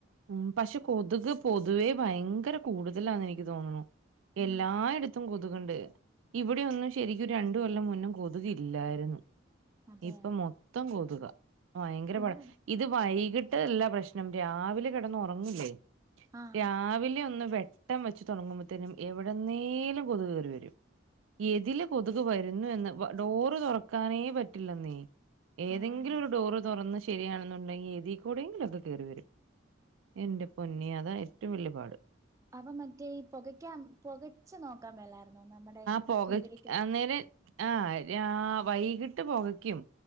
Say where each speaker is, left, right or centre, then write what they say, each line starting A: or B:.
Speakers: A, on the right; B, on the right.
A: ഉം പക്ഷെ കൊതുക് പൊതുവെ ഭയങ്കര കൂടുത ഇതല്ലാന്ന് എനിക്ക് തോന്നുന്നു
B: ഉം
A: എല്ലായിയിടത്തും കൊ കൊതുക്ണ്ട് ഇവിടെ ഒന്നും ശരിക്കും രണ്ട് കൊല്ലം മുന്നും കൊതുകില്ലായിരുന്നു
B: അതെ
A: ഇപ്പൊ മൊത്തം കൊതുക ഭയങ്കര
B: ഇവിടെ
A: പട ഇത് വൈ ട്ട് എല്ലാ പ്രശ്നം രാവിലെ കിടന്നുറങ്ങില്ലേ
B: ആഹ്
A: രാവിലെ ഒന്ന് വെ ട്ടം വെച്ച് തുടങ്ങുമ്പോഴത്തേനും എവിടന്നേലും കൊതുകേറി വരും ഏതില് കൊതുക് വരും ന്ന് ഡോറ് തുറക്കാനേ പറ്റില്ലെന്നീ ഏതെങ്കിലും
B: ആഹ് ആഹ്
A: ഒരു ഡോറ് തുറന്ന് ശരിയാണെന്നുണ്ടെങ്കിൽ എതിൽക്കൂടെങ്കിലൊക്കെ കേറി വരും എന്റെ പൊന്നി അത് ഏറ്റവും വലിയ പാട്
B: അവ മറ്റേ ഈ പുകയ്ക്കൻ പുകച്ചു നോക്കാൻ മേലായിരുന്നോ നമ്മേടെ ഈ
A: പൊക
B: കുന്തിരിക്കൊക്കെ
A: അന്നേരം ആ വൈകിട്ട് പൊകയ്ക്കും